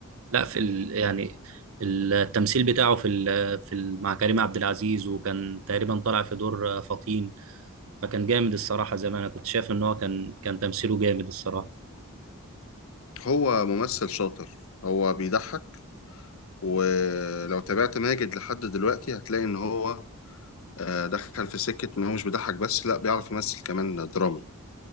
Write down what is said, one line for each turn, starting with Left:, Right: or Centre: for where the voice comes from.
Right: لا في ال... يعني التمثيل بتاعه في ال... في ال... مع كريم عبد العزيز وكان تقريبا طالع في دور فطين فكان جامد الصراحة زي ما انا كنت شايف ان هو كان كان تمثيله جامد الصراحة
Left: هو ممثل شاطر هو بيضحك ولو تابعت ماجد لحد دلوقتي هتلاقي ان هو آه، دخل في سكة ان هو مش بيضحك بس لا بيعرف يمثل كمان دراما